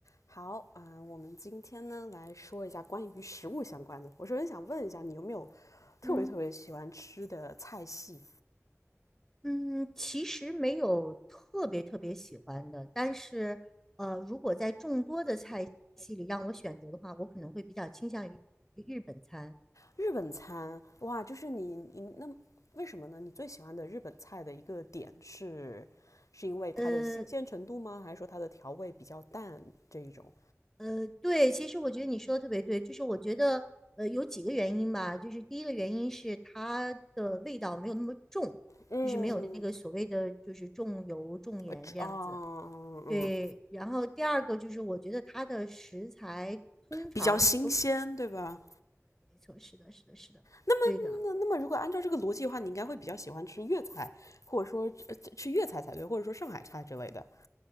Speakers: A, on the left; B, in the centre.
A: 好啊、呃我们今天呢来说一下关于食物相关的。我首先想问一下，你有没有特别特别喜欢吃的菜系？
B: 嗯嗯，其实没有特别特别喜欢的，但是呃，如果在众多的菜系里让我选择的话，我可能会比较倾向于日本餐。
A: 日本餐，哇，就是你你那为什么呢？你最喜欢的日本菜的一个点是，是因为它的新鲜程度吗？
B: 呃
A: 还是说它的调味比较淡这一种？
B: 呃，对，其实我觉得你说的特别对，就是我觉得呃有几个原因吧，就是第一个原因是它的味道没有那么重，
A: 嗯，
B: 就是没有那个所谓的就是重油重盐这样子。
A: 呃，啊，呃嗯，嗯嗯
B: 对，然后第二个就是我觉得它的食材通常
A: 比较新鲜，对吧？
B: 没错，是的，是的，是的，
A: 那么，
B: 对的。
A: 那那么如果按照这个逻辑的话，你应该会比较喜欢吃粤菜，或者说呃吃粤菜才对，或者说上海菜之类的。